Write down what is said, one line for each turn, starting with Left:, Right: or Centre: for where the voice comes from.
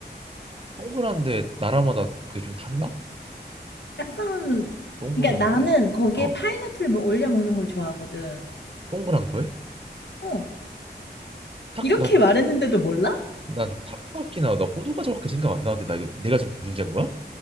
Right: 동그란데 나라마다 그게 좀 달라?
Left: 약간,
Right: 동- 동그란데
Left: 그러니까 나는 거기에
Right: 어
Left: 파인애플 뭐 올려 먹는 걸 좋아하거든.
Right: 동그란 거에?
Left: 어,
Right: 탁나
Left: 이렇게 말했는데도 몰라?
Right: 나금 타코야키나 나 호두과자밖에 생각 안 나는데 나 이거 내가 지금 문제인 거야?